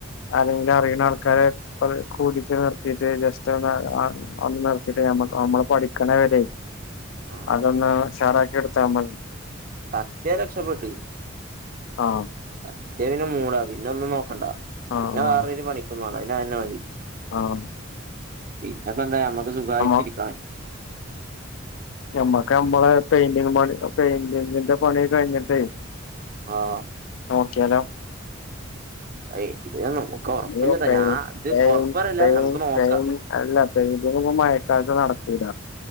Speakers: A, on the left; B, on the right.
A: അല്ലെങ്കിൽ അറീണ ആൾക്കാരെ അത് കൂട്ടിട്ട് വിജയ് ജസ്റ്റ് ഒന്ന്ആൻ ഒന്ന് നിർത്തിട്ട്നമ്മ നമ്മള് പഠിക്കണെ വരെ
B: ആ
A: അതൊന്ന് ഷറാക്കി ഇട്‌താമതി
B: കത്യ രക്ഷപ്പെട്ടു
A: ആഹ്
B: കത്യാപിന്നെ മൂടാ പിന്നെ ഒന്നും നോക്കണ്ട പിന്നെ
A: ആഹ് ആഹ്
B: വേറൊരു പണിക്കുംപോണ്ടപിന്നെ അതന്നെ മതി
A: ആഹ്
B: പിന്നെപ്പ എന്താ നമ്മക്ക് സുഖായിട്ടിരിക്കാം
A: നമ്മ ഞമ്മക്ക് ഞമ്മടെ പെയിന്റി ങ്‌ പണി പെയിന്റിങ്ങിന്റെ പണി കയിഞ്ഞിട്ടേ
B: ആഹ്
A: നോക്കിയാലോ
B: അയ് ഇത് നമുക്ക് ഉറപ്പില്ലട്ടോ
A: അയ്യോ പെയി
B: ഞാൻ ഇത്
A: പെയി
B: ഉറപ്പറല്ല
A: പെയി
B: ഞമക്ക് നോക്കാ
A: പെയി അല്ല പെയ് ന്റിങ് പോ മയക്കാലത്ത് നടക്കൂല